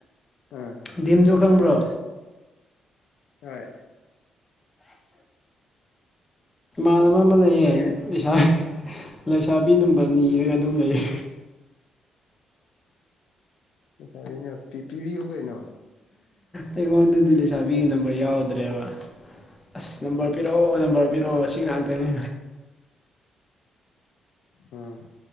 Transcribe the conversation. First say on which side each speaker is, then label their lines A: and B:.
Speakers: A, on the left; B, on the left.
A: ꯑꯥ
B: ꯗꯤꯝꯗꯨ ꯈꯪꯕ꯭ꯔꯣ
A: ꯍꯣꯏ
B: ꯀꯥꯟꯅꯕ ꯑꯃ ꯂꯩꯌꯦ
A: ꯈꯪꯉꯦ
B: ꯏꯁꯩꯁꯥ ꯂꯩꯁꯥꯕꯤ ꯅꯝꯕꯔ ꯅꯤꯔꯒ ꯑꯗꯨꯝ ꯂꯩ
A: ꯥꯕꯤꯥꯕꯤꯅꯦ ꯄ ꯄꯤꯕꯤꯌꯨ ꯀꯩꯅꯣ
B: ꯑꯩꯉꯣꯟꯗꯗꯤ ꯂꯩꯁꯥꯕꯤꯅꯕ ꯌꯥꯎꯗ꯭ꯔꯦꯕ ꯑꯁ ꯅꯝꯕꯔ
A: ꯎꯝ
B: ꯄꯤꯔꯛꯑꯣ ꯅꯝꯕꯔ ꯄꯤꯔꯛꯑꯣ ꯑꯁꯤ ꯉꯥꯛꯇꯅꯦ
A: ꯎꯝ